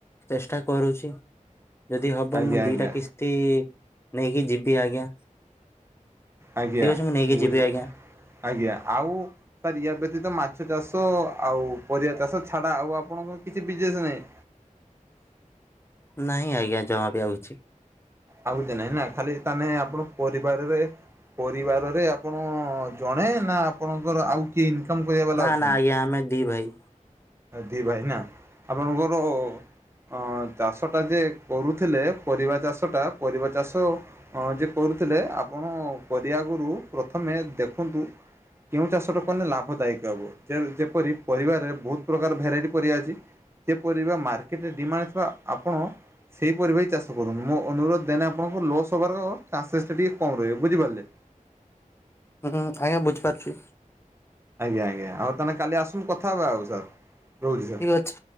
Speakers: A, on the left; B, on the right.
A: ଚେଷ୍ଟା କରୁଛି। ଯଦି ହବ
B: ଆଜ୍ଞା
A: ମୁଁ ଦିଟା
B: ଆଜ୍ଞା
A: କିସ୍ତି ନେଇକି ଯିବି ଆଜ୍ଞା।
B: ଆଜ୍ଞା
A: ଠିକ ଅଛି ମୁଁ ନେଇକି
B: ବୁଝି
A: ଯିବି ଆଜ୍ଞା।
B: ଆଜ୍ଞା ଆଉ ସାର୍ ୟା ବ୍ୟତୀତ ମାଛ ଚାଷ ଆଉ ପରିବା ଚାଷ ଛାଡ଼ା ଆଉ ଆପଣଙ୍କର କିଛି ବିଜନେସ୍ ନାହିଁ?
A: ନାଇଁ ଆଜ୍ଞା ଜ ବି ଆଉଛି।
B: ଆଉ କିଛି ନାଇଁ ନା ଖାଲି ତାନେ ଆପଣ ପରିବାରରେ ପରିବାରରେ ଆପଣ ଜଣେ ନା ଆପଣଙ୍କର ଆଉ କିଏ ଇନକମ କରିବା ବାଲା
A: ନା
B: ଅଛନ୍ତି?
A: ନା ଆଜ୍ଞା ଆମେ ଦି ଭାଇ।
B: ଦି ଭାଇନା ଆପଣଙ୍କର? ହଁ ଚାଷଟା ଯେ କରୁଥିଲେ ପରିବା ଚାଷଟା ପରିବା ଚାଷ ହଁ ଯେ କରୁଥିଲେ ଆପଣ କରିବା ଆଗରୁ ପ୍ରଥମେ ଦେଖନ୍ତୁ କେଉଁ ଚାଷଟା କଲେ ଲାଭଦାୟକ ହେବ ଯେ ଯେପରି ପରିବାରରେ ବହୁତ ପ୍ରକାର ଭେରାଇଟି ପରିବା ଅଛି ଯେ ପରିବା ମାର୍କେଟରେ ଡିମାଣ୍ଡ ଥିବା ଆପଣ ସେହିପରି ଭାଇ ଚାଷ କରୁନ୍ତୁ ମୋ ଅନୁରୋଧ ଦେନ ଆପଣଙ୍କୁ ଲସ୍ ହେବାର ଚାନ୍ସେସ୍ଟା ଟିକିଏ କମ୍ ରହିବେ ବୁଝିପାରିଲେ?
A: ହୁଁ ଆଜ୍ଞା ବୁଝିପାରୁଛୁ।
B: ଆଜ୍ଞା ଆଜ୍ଞା ଆଉ ତାହେଲେ କାଲି ଆସୁନୁ କଥା ହେବା ଆଉ ସାର୍ ରହୁଛି ସାର୍।
A: ଠିକ୍ ଅଛି।